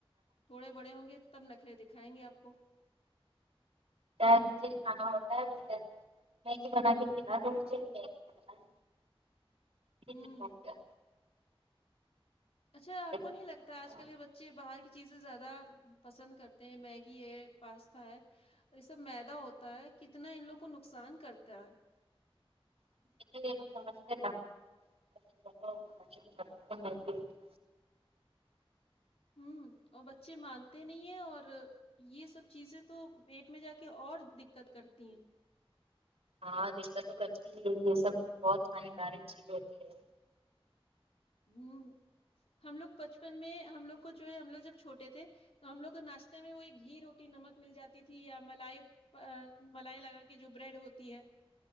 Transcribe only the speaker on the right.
<unintelligible> کھانا
ہے۔
لیکن
<unintelligible>
ہاں دکت تو کرتی ہی ہے یہ سب بہت ہانیکارک چیز ہوتی ہے